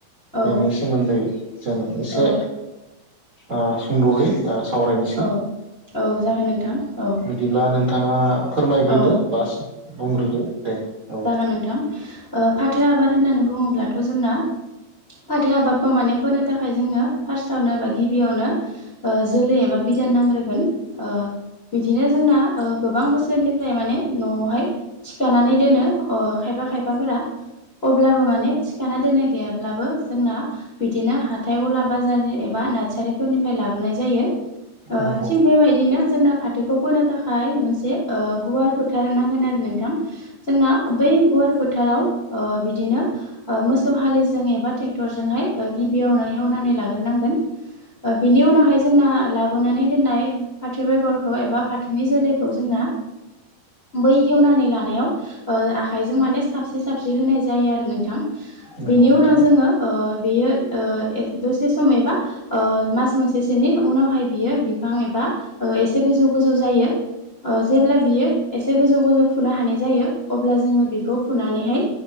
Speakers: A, on the left; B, on the right.
A: औ
B: बेनि सोमोन्दै जों एसे
A: औ
B: ओ सुंद'है ओ सावरायनोसै
A: औ जागोन नोंथां औ
B: बिदिब्ला नोंथाङा फोरमायग्रोदो
A: औ
B: बास बुंग्रोदो दे। औ
A: जागोन नोंथां ओ फाथो आबाद होननानै बुङोब्लाथ' जोंना फाथो आबादखौ माने फोनो थाखाय जोंनो फार्स्टआवनो बा गिबियावनो ओ जोलै एबा बिदान नांग्रोगोन ओ बिदिनो जोंना ओ गोबां बोसोरनिफ्राय माने न'आवहाय थिखानानै दोनो ओ खायफा खायफाफोरा अब्लाबो माने गाना दोननाय गैयाब्लाबो जोंना बिदिनो हाथाय गला बाजार एबा नार्सारिफोरनिफ्राय लाबोनाय जायो।
B: नंगौ
A: थिग बेबायदिनो जोंना फाथो। खौ फोनो थाखाय मोनसे गुवार फोथार नांगोन आरो नोंथां जोंना बै गुवार फोथाराव ओ बिदिनो ओ मोसौ हालिजों एबा ट्रेक्टरजोंहाय ओ गिबियावनो हेवनानै लाग्रोनांगोन। ओ बिनि उनावहाय जोंना लाबोनानै दोननाय फाथो बेगरखौ एबा फाथोनि जोलैखौ जोंना बै हेवनानै लानायाव ओ आखाइजों माने साबस्रि साबस्रि होनाय जायो आरो नोंथां।
B: नंगौ
A: बिनि उनाव
B: नोंथां
A: जोङो ओ बेयो ओ दसे सम एबा ओ मास मोनसेसोनि उनावहाय बियो बिफां एबा ओ एसे गोजौ गोजौ जायो ओ जेब्ला बियो एसे गोजौ गोजौ फुनो हानाय जायो अब्ला जोङो बेखौ फुनानैहाय